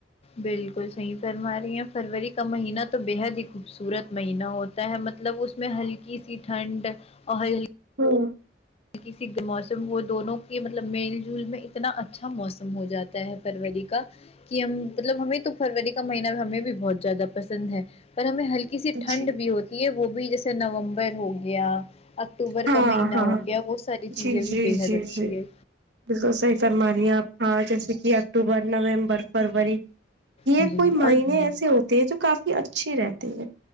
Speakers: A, on the left; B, on the right.
A: بالکل صحیح فرما رہی ہیں فروری کا مہینہ تو بے حد ہی خوبصورت مہینہ ہو ہے مطلب اس میں ہلکی سی ٹھنڈ اور ہلکی
B: ہاں
A: کسی موسم وہ دونوں کے مطلب میل جل میں اتنا اچھا موسم ہو جاتا ہے فروری کا کہ ہم مطلب ہمیں تو فروری کا مہینہ ہمیں بھی بہت زیادہ پسند ہے پر ہمیں ہلکی کسی ٹھنڈ
B: جی
A: بھی ہوتی ہے وہ بھی جیسے نومبر ہو گیا اکتوبر
B: ہاں
A: کا مہینہ
B: ہاں
A: ہو گیا وو ساری
B: جی
A: چیزیں بھی
B: جی
A: بےحد
B: جی
A: اچھی
B: جی
A: ہے
B: بالکل صحیح فرمارہی آپ ہاں جیسے کہ اکتوبر نومبر فروری یہ
A: جی
B: کوئی مہینہ
A: اور
B: ایسے ہوتے ہیں جو کافی اچھے رہتے ہیں